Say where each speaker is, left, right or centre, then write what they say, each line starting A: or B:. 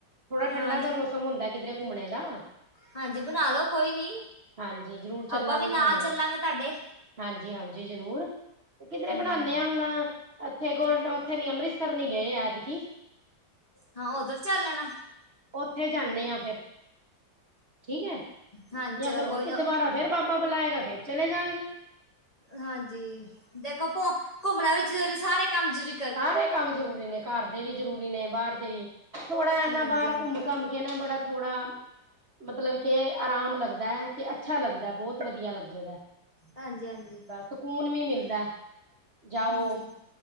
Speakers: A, on the right; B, on the left.
A: ਥੋੜਾ ਠੰਡਾ
B: ਹਾਂਜੀ
A: ਜਾ, ਮੌਸਮ ਹੁੰਦਾ, ਕਿਧਰੇ ਘੁੰਮਣੇ ਦਾ।
B: ਹਾਂਜੀ। ਬਣਾ ਲਓ, ਕੋਈ ਨੀ,
A: ਹਾਂਜੀ ਜ਼ਰੂਰ ਚੱਲਾਂਗੇ
B: ਆਪਾਂ ਵੀ, ਨਾਲ
A: ਘੁੰਮਣ
B: ਚੱਲਾਂਗੇ ਤਾਡੇ।
A: ਹਾਂਜੀ-ਹਾਂਜੀ। ਜ਼ਰੂਰ, ਤੇ ਕਿਧਰੇ
B: ਹਮ
A: ਬਨਾਣੇ ਆ ਹੁਣ। ਏਥੇ ਗੋਲਡ, ਉੱਥੇ ਨੀ, ਅੰਮ੍ਰਿਤਸਰ ਨੀ ਗਏ, ਐਦਕੀ।
B: ਹਾਂ। ਉੱਧਰ, ਚੱਲ ਲੈਣਾ।
A: ਉੱਥੇ, ਜਾਨੇ ਆ, ਫੇਰ। ਠੀਕ ਹੈ।
B: ਹਾਂਜੀ
A: ਯਾਂ
B: ਚਲੋ
A: ਫੇਰ ਹੋਰ
B: ਕੋਈ
A: ਕਿ,
B: ਨਾ
A: ਦੁਬਾਰਾ ਫੇਰ ਬਾਬਾ ਬੁਲਾਏਗਾ, ਫੇਰ ਚਲੇ ਜਾਂਗੇ।
B: ਹਾਂਜੀ। ਦੇਖੋ ਭੂ ਘੁੰਮਣਾ ਵੀ, ਜਰੂਰੀ, ਸਾਰੇ ਕੰਮ ਜਰੂਰੀ।
A: ਸਾਰੇ ਕੰਮ ਜ਼ਰੂਰੀ ਨੇ, ਘਰ ਦੇ ਵੀ ਜ਼ਰੂਰੀ ਨੇ, ਬਾਹਰ ਦੇ ਵੀ, ਥੋੜਾ ਐਨਾ
B: ਹਾਂਜੀ
A: ਬਾਹਰ
B: ਹਾਂਜੀ
A: ਘੁੰਮ- ਘਮ ਕਹਿਣਾ, ਬੜਾ- ਥੋੜਾ। ਮਤਲਬ ਕੇ, ਆਰਾਮ ਲੱਗਦਾ ਐ, ਕਿ ਅੱਛਾ ਲੱਗਦਾ, ਬਹੁਤ ਵਧੀਆ ਲੱਗੇਗਾ।
B: ਹਾਂਜੀ-ਹਾਂਜੀ।
A: ਸਕੂਨ ਵੀ ਮਿਲਦਾ। ਜਾਓ।
B: ਹਾਂਜੀ